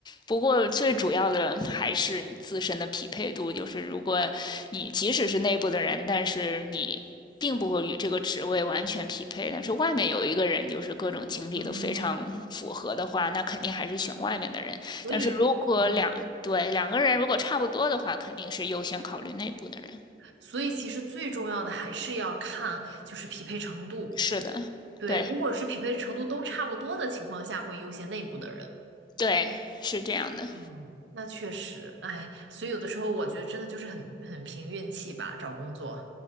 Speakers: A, on the left (about 25°); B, on the right (about 80°).
A: 不过最主要的还是你自身的匹配度，就是如果你即使是内部的人，但是你并不会与这个职位完全匹配，但是外面有一个人就是各种经历都非常符合的话，
B: 嗯，
A: 那肯定还是选外面的人。
B: 所以，
A: 但是如果两对两个人如果差不多的话，
B: 嗯，
A: 肯定是优先考虑内部的人。
B: 所以其实最重要的还是要看就是匹配程度。
A: 是的，
B: 对，
A: 对
B: 如果是匹配程度都差不多的情况下，会优先内部的人。
A: 对，是这样的。
B: 嗯，那确实，哎，所以有的时候我觉得真的就是很很凭运气吧，找工作。